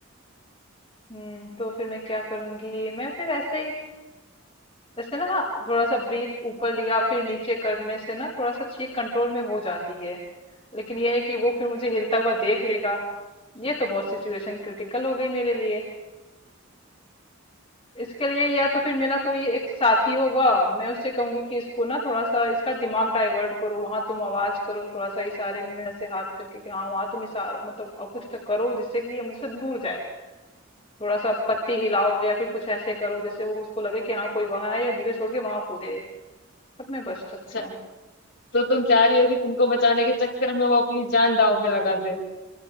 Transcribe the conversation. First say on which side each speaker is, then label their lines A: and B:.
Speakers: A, on the left; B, on the left.
A: हुँ, तो फिर मैं क्या करूँगी? मैं फिर ऐसे ही जैसे ना थोड़ा-सा ब्रीथ ऊपर लिया फिर नीचे करने से ना थोड़ा-सा चीक कंट्रोल में हो जाती है। लेकिन ये है कि वो फिर मुझे हिलता हुआ देख लेगा। ये तो बहुत सिचुएशन क्रिटिकल हो गई मेरे लिए। इसके लिए या तो फिर मेरा कोई एक साथी होगा मैं उससे कहूंगी कि इसको ना थोड़ा सा इसका दिमाग डाइवर्ट करो वहां तुम आवाज करो थोड़ा सा इशारे में ऐसे हाथ करके कि हाँ वहां तुम इशारा मतलब अ, कुछ करो जिससे कि ये मुझसे दूर जाए थोड़ा सा पत्ती हिलाओ या फिर कुछ ऐसे करो जैसे वो उसको लगे कि हाँ कोई वहां है ये मुझे छोड़ के वहां कूदे तब मैं बच सकती
B: अच्छा
A: हूँ
B: तो तुम चाह रही हो कि तुमको बचाने के चक्कर में वो अपनी जान दांव पे लगा दे